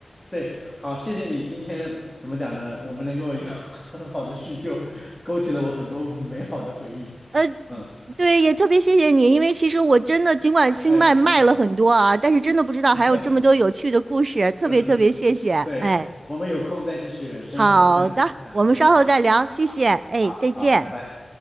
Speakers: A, in the centre; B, on the right (about 65°).
A: 对，好，谢谢你今天怎么讲呢？我们能够有 <laughs> 很好的叙旧，勾起了我很多美好的回忆。
B: 呃，
A: 嗯，
B: 对，也特别谢谢你，因为其实我真的尽管星脉卖了很多啊，
A: 哎，
B: 但是真的不知道还有这么多有趣的故事，
A: <laughs>
B: 特别特别谢谢。
A: 是是，对，
B: 哎，
A: 我们有空再继续深入的探讨一下。
B: 好的，我们稍后再聊，
A: 嗯，好的，
B: 谢谢。
A: 好，
B: 哎，
A: 好，
B: 再见。
A: 好，拜拜。